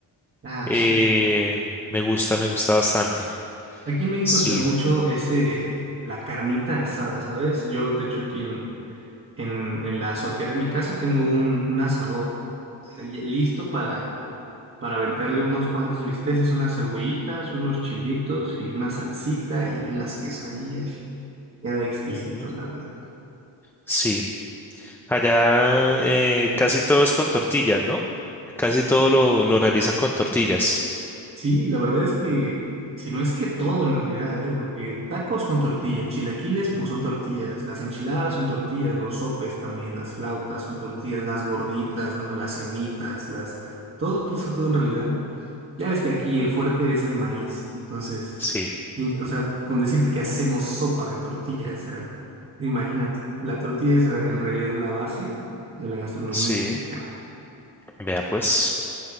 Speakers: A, on the right (about 30°); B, in the centre.
A: Ah,
B: eh,
A: sí.
B: me gusta, me gusta bastante.
A: Aquí en México
B: Sí,
A: se da mucho ese, la carnita asada, ¿sabes? Yo, de hecho, aquí en, en, en la azotea de mi casa tengo un, un asador eh, listo para, para aventarle unos cuantos bisteces, unas cebollitas, unos chilitos y una salsita y unas quesadillas. Queda exquisito,
B: ujú,
A: la verdad.
B: sí. Allá eh, casi todo es con tortillas, ¿no? Casi todo lo, lo realizan con tortillas.
A: Sí, la verdad es que, si no es que todo en realidad, ¿eh? Porque tacos con tortilla, chilaquiles pues son tortillas, las enchiladas son tortillas, los sopes también, las flautas son tortillas, las gorditas, ¿no? Las semitas, las... Todo, <laughs> todo, todo en realidad. Ya ves que aquí el fuerte es el maíz, entonces,
B: Sí,
A: in- o sea, con decirte que hacemos sopa de tortilla, o sea, imagínate, la tortilla es re- en realidad la base de la gastronomía.
B: sí,
A: mexicana.
B: vea pues.